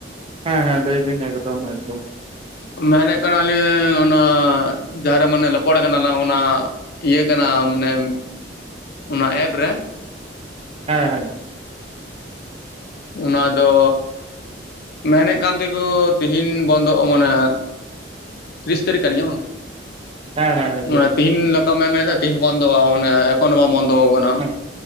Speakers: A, on the right (about 30°); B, on the left (about 60°).
A: ᱦᱮᱸ ᱦᱮᱸ ᱞᱟᱹᱭ ᱵᱤᱱ ᱮᱠᱫᱚᱢ ᱮᱠᱫᱚᱢ᱾
B: ᱢᱮᱱᱮᱜ ᱠᱟᱱᱟᱞᱤᱧ ᱚᱱᱟ ᱡᱟᱦᱟᱸᱨᱮ ᱢᱟᱱᱮ ᱨᱚᱯᱚᱲ ᱠᱟᱱᱟ ᱞᱟᱝ ᱚᱱᱟ ᱤᱭᱟᱹ ᱠᱟᱱᱟ ᱢᱟᱱᱮ, ᱚᱱᱟ ᱮᱯ ᱨᱮ
A: ᱦᱮᱸ ᱦᱮᱸ᱾
B: ᱚᱱᱟ ᱫᱚᱻ ᱢᱮᱱᱮᱜ ᱠᱟᱱ ᱛᱮᱠᱚ ᱛᱤᱦᱤᱧ ᱵᱚᱱᱫᱚᱜ-ᱟ ᱢᱟᱱᱮ ᱛᱤᱭᱤᱥ ᱛᱟᱹᱨᱤᱠ ᱠᱟᱱ ᱜᱮᱭᱟ ᱵᱟᱝ?
A: ᱦᱮᱸ ᱦᱮᱸ ᱦᱮᱸ
B: ᱢᱟᱱᱮ ᱛᱤᱦᱤᱧ ᱞᱮᱠᱟᱢᱮᱱ ᱮᱫᱟ ᱛᱤᱦᱤᱧ ᱵᱚᱱᱫᱚᱜ-ᱟ, ᱢᱟᱱᱮ ᱮᱠᱷᱚᱱ ᱦᱚᱸ ᱵᱟᱝ ᱵᱚᱱᱫᱚ ᱟᱠᱟᱱᱟ᱾
A: ᱦᱮᱸ